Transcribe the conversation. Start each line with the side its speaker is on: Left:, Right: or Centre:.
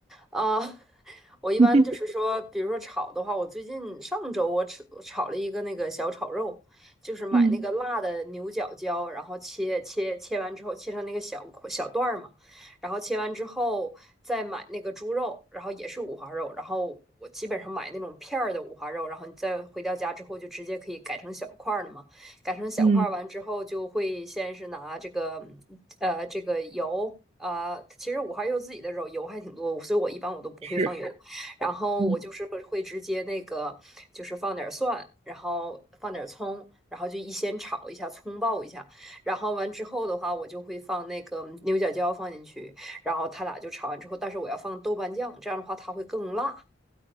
Centre: 啊、<laughs> 我一般就是说，
Right: <laughs>
Centre: 比如说炒的话，我最近上周我吃我炒了一个那个小炒肉，就是买那个辣的牛角椒，
Right: 嗯
Centre: 然后切切切完之后切成那个小块小段儿嘛，然后切完之后再买那个猪肉，然后也是五花肉，然后我基本上买那种片儿的五花肉，然后你再回到家之后就直接可以改成小块儿了嘛。改成小块儿完之后，
Right: 嗯
Centre: 就会先是拿这个呃这个油啊、呃其实五花肉自己的肉油还挺多，所以我一般我都不会放油
Right: 是，
Centre: <laughs>，然后我就是会会直接那个就是放点蒜，
Right: 嗯，
Centre: 然后放点葱，然后就一先炒一下，葱爆一下，然后完之后的话，我就会放那个牛角椒放进去，然后它俩就炒完之后，但是我要放豆瓣酱，这样的话它会更辣。